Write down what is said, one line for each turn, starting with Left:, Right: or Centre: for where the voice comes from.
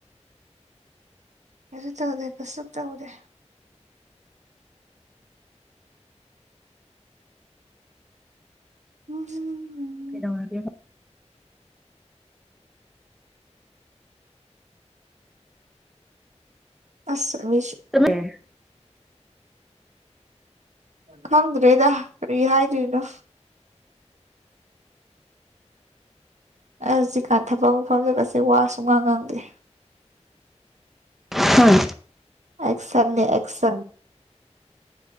Right: ꯀꯩꯁꯨ ꯇꯧꯗꯦ ꯕꯁꯨꯞ ꯇꯧꯗꯦ ꯎꯝ
Centre: ꯀꯩꯗꯧꯔꯒꯦꯕ
Right: ꯑꯁ ꯃꯤꯁꯨ
Centre: ꯇꯨ ꯃꯦ
Right: ꯈꯪꯗ꯭ꯔꯦꯗ ꯀꯔꯤ ꯍꯥꯏꯗꯨꯏꯅꯣ ꯑꯩꯍꯨꯖꯤꯀꯥꯟ ꯊꯕꯛ ꯃꯐꯝꯗꯒꯖꯦ ꯋꯥ ꯁꯨꯉꯥꯡ ꯉꯥꯡꯗꯦ꯫
Centre: ꯍꯨꯝ
Right: ꯑꯦꯛꯁꯟꯅꯦ ꯑꯦꯛꯁꯟ